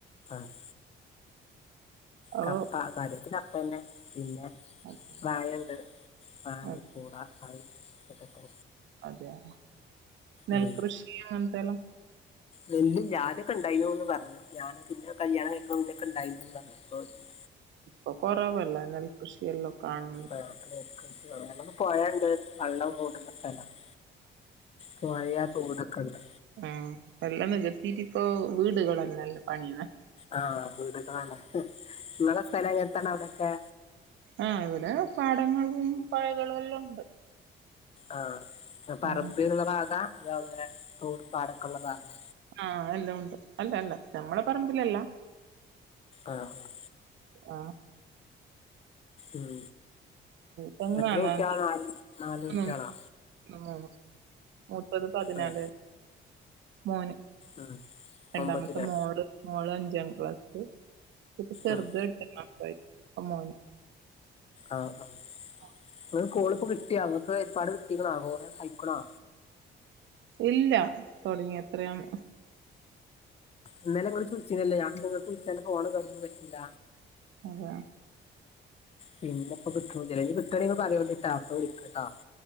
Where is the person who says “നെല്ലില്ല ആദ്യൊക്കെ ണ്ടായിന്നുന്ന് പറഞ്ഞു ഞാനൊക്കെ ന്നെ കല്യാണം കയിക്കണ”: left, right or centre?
Left